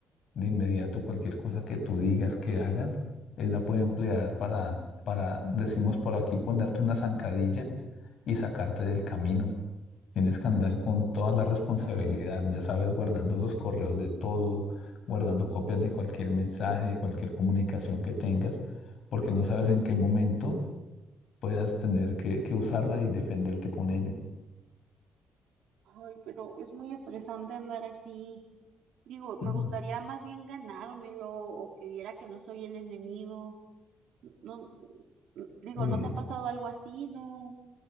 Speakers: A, on the left; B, on the right.
A: De inmediato, cualquier cosa que tú digas, que hagas, él la puede emplear para, para, decimos por aquí, ponerte una zancadilla y sacarte del camino. Tienes que andar con toda la responsabilidad, ya sabes, guardando los correos de todo, guardando copias de cualquier mensaje, de cualquier comunicación que tengas, porque no sabes en qué momento puedas tener que, que usarla y defenderte con ello.
B: Ay, pero es muy estresante andar así. Digo, me
A: Mm,
B: gustaría más bien ganármelo o que viera que no soy el enemigo. No, mm, digo,
A: Uy,
B: ¿no te ha pasado algo así, no?